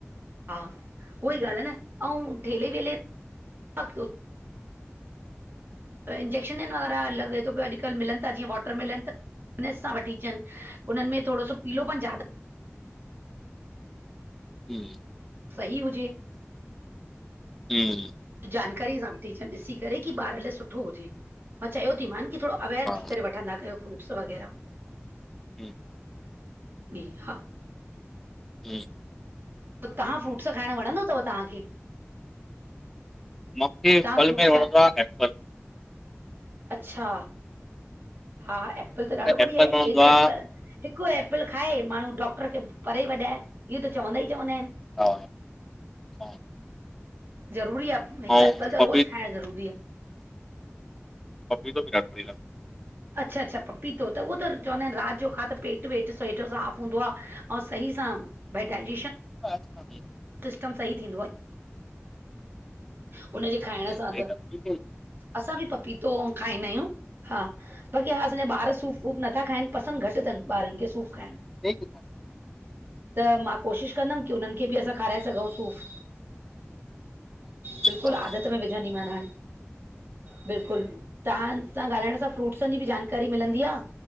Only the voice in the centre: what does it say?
जी।
हम्म
हा
हम्म
जी। <inaudible>
मूंखे फल
में
वणंदो आ ऐप्पल।
एप्पल
वणंदो
आहे
हा हा।
ऐं
पपी
पपीतो बि जाम <unintelligible>
अच्छाछ हा।
सही
ॻाल्हि आहे
ठीक सा।
हा